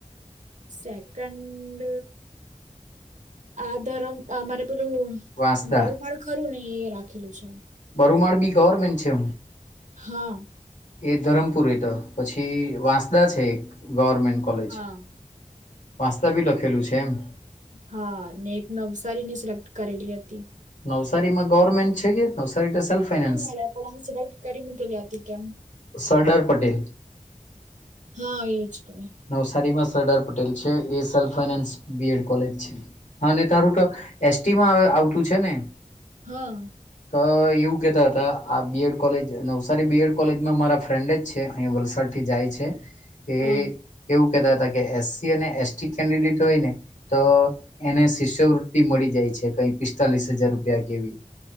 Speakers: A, on the right; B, on the left.
A: સેકન્ડ આ ધરમ આ અમારે પેલું
B: વાંસદા
A: બરુંમાળ ખરું ને એ રાખેલું છે
B: બરુંમાળ બી ગવર્મેન્ટ છે
A: હા
B: એ ધરમપુર રેતો હ પછી વાંસદા છે એક ગવર્મેન્ટ કોલેજ
A: હા
B: વાંસદા બી લખેલું છે એમ
A: હા ને એક નવસારીની સિલેક્ટ કરેલી હતી
B: નવસારી માં ગવર્મેન્ટ છે કે નવસા તે સન ફાયનાન્સ
A: નહી મળે પણ આમ સિલેક્ટ કરી મૂકેલી હતી કેમ
B: સરદાર પટેલ <inaudible>
A: હા એજ કઈ
B: નવસારીમાં સરદાર પટેલ છે એ સલ ફાઈનાન્સ બીએડ કોલેજ છે. હા અને તારું તો એસટીમાં આ આવતું છે ને.
A: હા.
B: તો એવું કહેતા હતા આ બીએડ કોલેજ નવસારી બીએડ કોલેજમાં મારા ફ્રેન્ડ જ છે. અહીં વલસાડ થી જાય છે એ
A: હા
B: એવું કહેતા હતા કે એસસી અને એસટી કેન્ડિડેટ હોય ને તો એને શિષ્યવૃતિ મ મળી જાય છે. કઈ પિસ્તાલીસ હજાર રૂપિયા કેવી